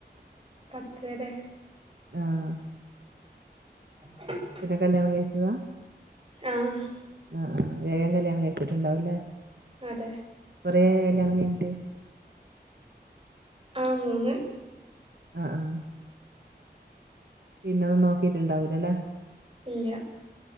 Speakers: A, on the right; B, on the right.
A: പത്ത് വരെ
B: ആഹ്
A: <inaudible>
B: പിന്നെ കല്യാണം കഴിച്ചതാ
A: ആഹ്
B: ആഹ് ആഹ് വേഗം കല്യാണം കഴിച്ചിട്ടുണ്ടാവൂലേ
A: അതെ
B: കുറേയോ ല്യാണം കഴിഞ്ഞിട്ട്?
A: ആഹ് മൂന്ന്
B: ആഹ് ആ.. പിന്നൊന്നും നോക്കിയിട്ടുണ്ടാവില്ലല്ലെ?
A: ഇല്ല